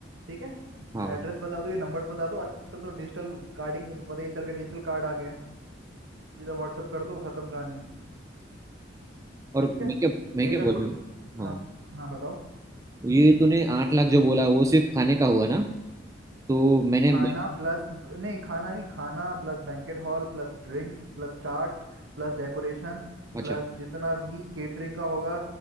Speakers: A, on the right; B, on the right.
A: ठीक है
B: हाँ
A: एड्रेस बता दो ये नंबर्स बता दो आजकल तो डिजिटल कार्डिंग तो पता ही चल गया डिजिटल कार्ड आ गए हैं सीधा व्हाट्सअप कर दो खत्म कहानी
B: और
A: ठीक है
B: मैं क्या मैं
A: ये
B: क्या
A: कर
B: बोल
A: लो
B: रहा हूँ
A: हाँ
B: हाँ
A: हाँ बताओ
B: ये तूने आठ लाख जो बोला वो सिर्फ खाने का हुआ ना तो मैंने
A: खाना
B: मैं-
A: प्लस नहीं खाना नहीं खाना plus banquet hall plus drinks plus चाट प्लस डेकोरेशन
B: अच्छा
A: प्लस जितना भी केटरिंग का होगा